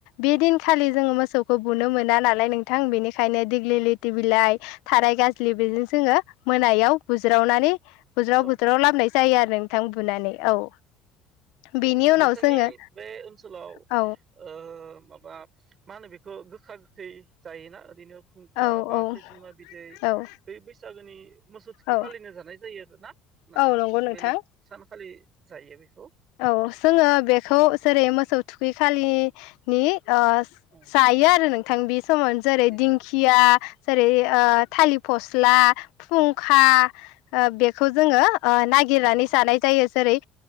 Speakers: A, on the left; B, on the right.
A: बे दिनखालि जोङो मोसौखौ बुनो मोना नालाय नोंथां बेनिखायनो दिग्लिलिथि बिलाइ थाराय गाज्लि बेजों जोङो मोनायाव बुज्रावनानै बज्राव
B: औ
A: बोथ्राव लामनाय जायो आरो नोंथां बुनानै औ। बेनि उनाव
B: नोंथांनि
A: जोङो
B: बे ओनसोलाव
A: औ
B: ओ बा मा होनो बेखौ गोखा गोखै जायोना ओरैनो खुंखा
A: औ
B: बा खैजोमा बिदै
A: औ
B: बै बैसागोनि मोसौ थुखै
A: औ
B: खालिनो जानाय जायो आरोना? ना
A: औ नंगौ नोंथां
B: बेलेग सानखालि जायो बे?
A: औ जोङो बेखौ जेरै मोसौ थुखै खालिनि अ
B: औ
A: जायो आरो नोंथां बे समावनो जेरै
B: बेखालि
A: दिंखिया जेरै थालिर फास्ला खुंखा बेखौ जोङो नागिरनानै
B: औ औ
A: जानाय जायो जेरै